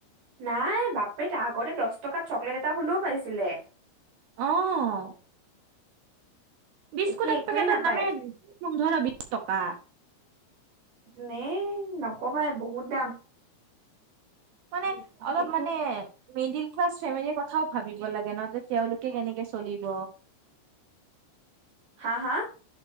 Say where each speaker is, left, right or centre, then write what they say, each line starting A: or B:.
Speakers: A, on the right; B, on the right.
A: নাই বাপৰে তাৰ আগতে দছ টকাত চকলেট এটা হ'লেও পাইছিলে।
B: অঁ। বিস্কুট
A: এতিয়া
B: এক
A: একোৱেই
B: পেকেটৰ
A: নাপায়
B: দামে পোন্ধৰ বিশ টকা।
A: নে নকবাই বহুত দাম।
B: মানে অলপ
A: একো
B: মানে মিডিল ক্লাচ ফেমেলিৰ কথা কথাও ভাবিব লাগে ন তে তেওঁলোকে কেনেকে চলিব।
A: আ হাঁ?